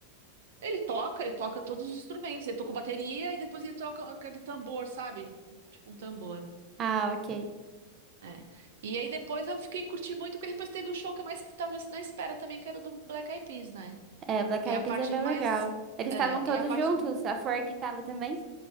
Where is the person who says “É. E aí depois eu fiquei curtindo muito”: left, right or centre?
Right